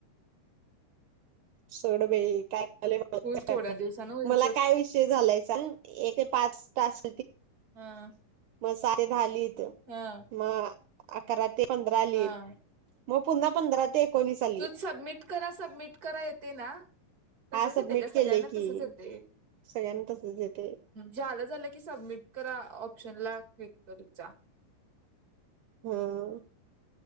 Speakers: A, on the right; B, on the right.
A: सोड बाई काय. <unintelligible>
B: होईल थोड्या दिवसानं होईल
A: मला
B: सोड
A: काय विषय झालाय सांग. ते पाच तास.
B: हा.
A: मसाले झाालीत. ते
B: हा
A: मा. अकराात. ते पंधरा आली.
B: हा
A: मग पुन्हा पंधरा ते. एकोणीस आलीत
B: तू सबमिट करा सबमिट करा येते ना तसच
A: हा सबमिट
B: येते ग
A: केलेय
B: सगळ्यांना
A: की
B: तसच येते
A: सगळ्यांना तसच येते
B: झालं झालं की सबमिट करा ऑप्शनला. क्लिक करत जा.
A: हो